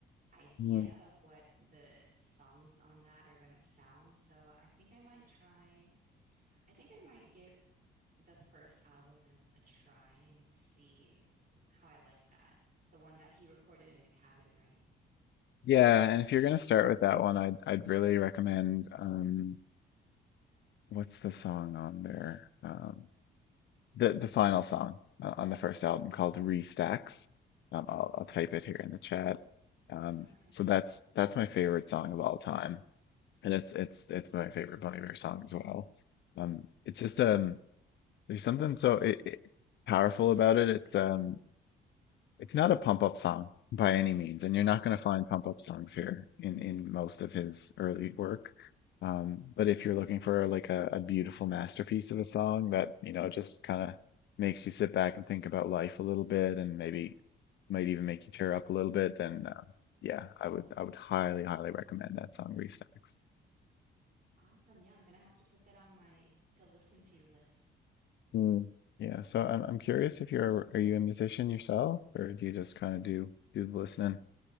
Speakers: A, on the right (about 45°); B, on the left (about 65°).
A: idea
B: <clears throat>
A: of what the songs on that are gonna sound. So I think I might try. I think I might give the first album a, a try and see how I like that. The one that he recorded in the cabin, right?
B: Yeah, and if you're gonna start with that one, I'd I'd really recommend um what's the song on there? Um the the final song uh, on the first album called Restacks. Um I'll I'll type it here in the chat. Um
A: Okay.
B: so that's that's my favorite song of all time. And it's it's it's my favorite Bon Iver song as well. Um it's just um there's something so it, it, powerful about it. It's um It's not a pump up song by any means, and you're not going to find pump up songs here in in most of his early work. Um, but if you're looking for like a, a beautiful masterpiece of a song that, you know, just kind of makes you sit back and think about life a little bit and maybe might even make you tear up a little bit, then uh, yeah, I would I would highly, highly recommend that song Restacks.
A: Awesome. Yeah, I'm gonna have to put that on my to listen to list.
B: Hmm. Yeah, so I'm I'm curious if you're are you a musician yourself or do you just kind of do do the listening?